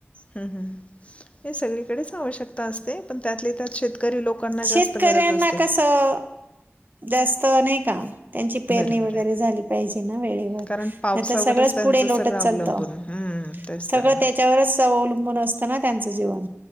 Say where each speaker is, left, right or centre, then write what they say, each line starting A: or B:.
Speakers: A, on the left; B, on the right.
A: हम्म, हम्म. हे सगळीकडेचं आवश्यकता असते पण त्यातले त्यात शेतकरी लोकांना जास्त
B: शेतकऱ्यांना
A: गरज असते
B: कसं जास्त नाही का त्यांची पेरणी
A: बरं
B: वगैरे
A: बरं
B: झाली पाहिजे ना वेळेवर नाही
A: कारण पावसावरच
B: तर सगळंच
A: त्यांचं
B: पुढे
A: सगळं
B: लोटत
A: अवलंबून
B: चालतं
A: हं, तेच
B: सगळं
A: तर ना
B: त्याच्यावरच अवलंबून असत <inaudible> ना त्यांचं जीवन